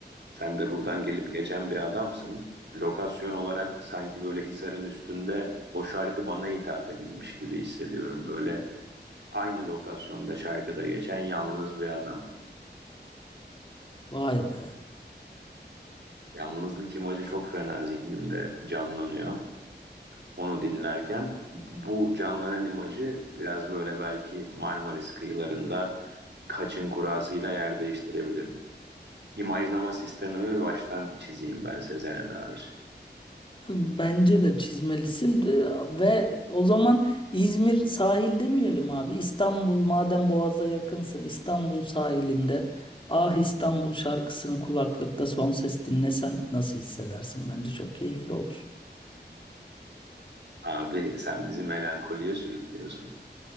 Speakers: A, on the right (about 75°); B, on the left (about 30°).
A: Sen de buradan gelip geçen bir adamsın. Lokasyon olarak sanki böyle Hisar'ın üstünde o şarkı bana hitap edilmiş gibi hissediyorum. Böyle aynı lokasyonda şarkıda geçen yalnız bir adam.
B: Vay be.
A: Yalnızlık imajı çok fena zihnimde canlanıyor. Onu dinlerken bu canlanan imajı biraz böyle belki Marmaris kıyılarında kaçın kurasıyla yer değiştirebilir. İmajlama sistemimi baştan çizeyim ben Sezen'e dair.
B: Bence de çizmelisin De- ve o zaman İzmir sahil demeyelim abi. İstanbul madem Boğaz'a yakınsın İstanbul sahilinde Ah İstanbul şarkısını kulaklıkta son ses dinlesen nasıl hissedersin? Bence çok keyifli olur.
A: Abi sen bizi melankoliye sürüklüyorsun.